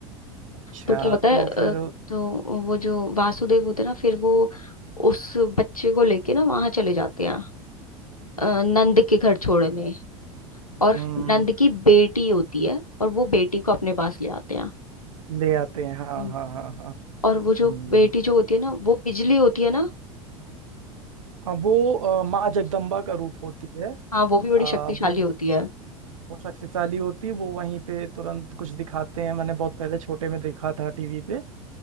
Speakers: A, on the right; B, on the left.
A: अच्छा
B: तो क्या होता है
A: तो
B: अ,
A: फिर
B: तो वो जो वासुदेव होते हैं ना फिर वो उस बच्चे को लेके ना वहां चले जाते हैं अ, नंद के घर छोड़ने और
A: हम्म
B: नंद की बेटी होती है और वो बेटी को अपने पास ले आते
A: ले आते हैं हाँ
B: हैं
A: हाँ हाँ हाँ
B: और वो जो
A: हम्म
B: बेटी जो होती है ना वो बिजली होती है ना
A: अब वो अ, माँ जगदम्बा का रूप होती है
B: हाँ वो भी बड़ी
A: आ,
B: शक्तिशाली
A: वो
B: होती है
A: बहुत शक्तिशाली होती है वो वहीं पे तुरंत कुछ दिखाते हैं मैंने बहुत पहले छोटे में देखा था टीवी पे